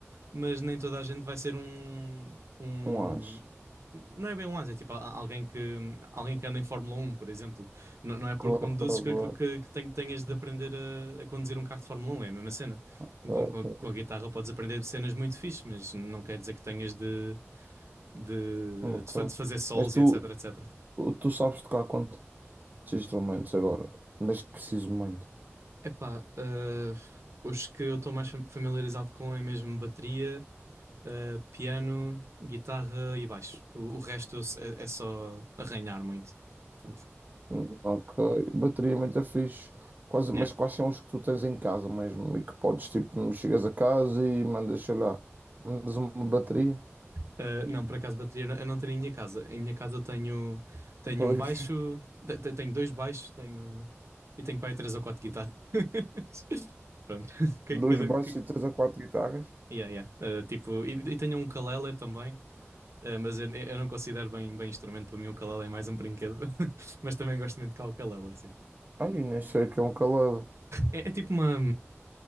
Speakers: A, on the right (about 70°); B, on the right (about 40°).
A: mas nem toda a gente vai ser um, um...
B: Não acho.
A: Não é bem um asa, é tipo a- alguém que, alguém que anda em Fórmula Um, por exemplo. Não, não é porque
B: Claro,
A: conduzes
B: claro,
A: que,
B: claro.
A: que, que ten- tenhas de aprender a, a conduzir um carro de Fórmula Um, é a mesma cena.
B: claro,
A: Com, com a
B: claro.
A: com a guitarra podes aprender cenas muito fixe, mas não quer dizer que tenhas de, de,
B: Ok.
A: de fa- de fazer solos
B: Mas tu,
A: e etc, etc.
B: tu sabes tocar quantos instrumentos agora? Neste preciso momento.
A: Epá, ah, os que eu estou mais fam- familiarizado com é mesmo bateria, ah, piano, guitarra e baixo. O, o resto eu se- é, é só arranhar muito. Portanto,
B: Hum, Ok. Bateria muito é fixe. Quase,
A: yeah.
B: mas quais são os que tu tens em casa mesmo? E que podes, tipo, chegas a casa e mandas, sei lá, mandas uma bateria.
A: Ah, não, por acaso bateria eu não eu não tenho em minha casa. Em minha casa eu tenho, tenho
B: Pois,
A: um baixo, te- te- tenho dois baixos, tenho e tenho para aí três ou quatro guitarras. <laughs> Pronto.
B: <laughs>
A: <laughs> Que-
B: dois
A: Cada,
B: baixos
A: que-
B: e três a quatro guitarras.
A: yeah, yeah. Ah, tipo, e, e tenho um ukulele também. Ah, mas eu, eu não considero bem, bem instrumento, para mim o ukulele é mais um brinquedo, <laughs> mas também gosto muito de tocar o ukulele, assim.
B: Ai, nem sei o que é um ukulele.
A: É, é tipo uma,